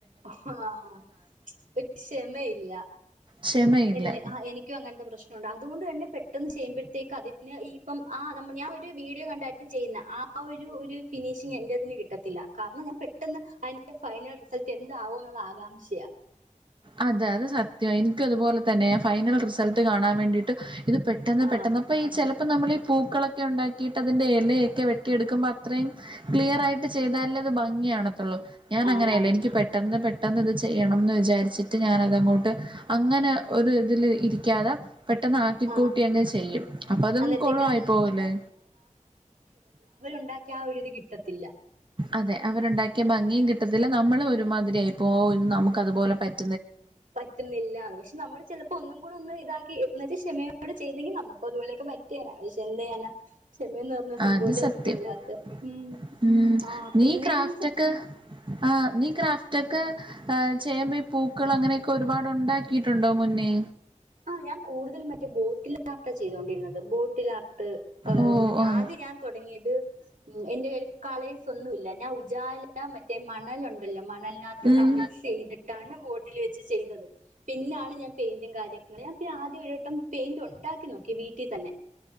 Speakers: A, on the right; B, on the right.
A: ആഹ് ഒരു ക്ഷമയില്ല
B: ക്ഷമയില്ല
A: ഇല്ല ആ എനിക്കും അങ്ങനത്തെ പ്രശ്ന മുണ്ട് അതുകൊണ്ട് തന്നെ പെട്ടെന്ന് ചെയ്യുമ്പോഴത്തേക്ക് അതിന് ഈ ഇപ്പം ആ നമ്മ ഞാൻ ഒരു വീഡിയോ കണ്ടായിരിക്കും ചെയ്യുന്നേ ആ ഒരു ഒരു ഫിനിഷിംഗ് എന്റേതിന് കിട്ടത്തില്ല കാരണം ഞാൻ പെട്ടെന്ന് അ ഫൈനൽ റിസൾട്ട് എന്താവൂന്നുള്ള ആകാംക്ഷയാ
B: അതെ അത് സത്യവാ എനിക്കും അതുപോലെ തന്നെയാ ഫൈനൽ റിസൾട്ട് കാണാൻ വേണ്ടീട്ട് <unintelligible> അപ്പോ ഇത് പെട്ടെന്ന്
A: ആ
B: പെട്ടെന്ന് അപ്പൊ ഈ ചില അപ്പ നമ്മള് ഈ പൂക്കളൊക്കെ ഉണ്ടാക്കിട്ട് അതിന്റെ എലയൊക്കെ വെട്ടിയെടുക്കുമ്പോ അത്രയും ക്ലിയർ ആയിട്ട് ചെയ്താലല്ലേ ഭംഗി- <unintelligible> ത്തുള്ളൂ ഞാൻ അങ്ങനയല്ല
A: ആന്നാന്ന്
B: എനിക്ക് പെട്ടെന്ന് പെട്ടെന്ന് ഇത് ചെയ്യണംന്ന് വിചാരിച്ച് ഞാൻ അത് അങ്ങോട്ട് അങ്ങനെ ഒരു ഇതില് ഇരിക്കാതെ- പെട്ടെന്ന് ആക്കിക്കൂട്ടി
A: ആ
B: അങ്ങ് ചെയ്യും അപ്പൊ അതും
A: അന്നത്തേക്ക്
B: കൊളവായി പോവില്ലേ
A: ണ്ടാക്കിയ ആ ഒരിത് കിട്ടത്തില്ല
B: അതെ അവരുണ്ടാക്കിയ ഭംഗിയും കിട്ടത്തില്ല നമ്മള് ഒരുമാതിരിയായിപ്പോവും നമുക്ക് അതുപോലെ പറ്റ-
A: പറ്റുന്നില്ലാന്ന് പക്ഷെ നമ്മൾ ചിലപ്പോ ഒന്നും കൂടി ഒന്ന് ഇതാക്കി- ക്ഷമയോടെ ചെയ്തെങ്കി നമുക്കും അതുപോലൊക്കെ പറ്റിയേനെ പക്ഷെ എന്ത് ചെയ്യാനാ ക്ഷമയെന്ന് പറഞ്ഞ സംഭവല്ലേ
B: അത് സത്യം.
A: നമുക്ക് ഇല്ലാത്ത ഉം
B: ഉം
A: ആ
B: നീ
A: പിന്നെന്ന്
B: ക്രാഫ്റ്റൊക്കെ
A: വച്ചാ-
B: ആഹ് നിക്രാഫ്റ്റാ- ക്കെ ചെയ്‌യുമ്പോ പൂക്കള് അങ്ങനെയൊക്കെ ഒരുപാട് ഉണ്ടാക്കിയിട്ടുണ്ടോ മുന്നേ
A: ആ ഞാൻ കൂടുതലും മറ്റേ ബോട്ടിൽ ആർട്ടാ ചെയ്തൊണ്ടിരുന്നത് ബോട്ടിലാർട്ട്
B: ഓഹ്
A: മ്
B: ആഹ്
A: ആദി ഞാൻ തൊ - തുടങ്ങിത് എന്റെ കയ്യില് കളേഴ്സ് ഒന്നുല്ല ഞാൻ ഉജാല മറ്റേ മണൽ ഉണ്ടല്ലോ മണൽ നാത്ത്
B: ഉം
A: മിക്സ് ചെയ്തിട്ടാണ് ബോട്ടിൽ വെച്ച് ചെയ്തത് പിന്നാണ് ഞാൻ പെയിന്റും കാര്യ- അങ്ങനെ ഞാൻ ആദ്യം ഒരുവട്ടം പെയിന്റ് ഒണ്ടാക്കി നോക്കി വീട്ടിൽ തന്നെ-